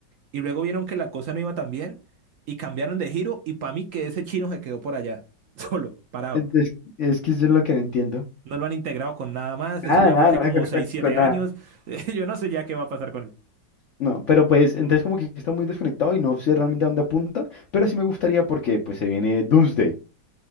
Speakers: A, on the right; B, on the left.
A: y luego vieron que la cosa no iba tan bien y cambiaron de giro y para mí que ese chino se quedó por allá, <laughs> solo, parado.
B: Entonces, es que yo es lo que no entiendo.
A: No lo han integrado con nada más,
B: Nada,
A: eso ya
B: nada,
A: fue hace
B: no
A: como
B: se conecta
A: 6, 7
B: con
A: años,
B: nada.
A: <laughs> yo no sé ya qué va a pasar con él.
B: No, pero pues, entonces como que está muy desconectado y no sé realmente a dónde apunta, pero sí me gustaría porque pues se viene Doomsday,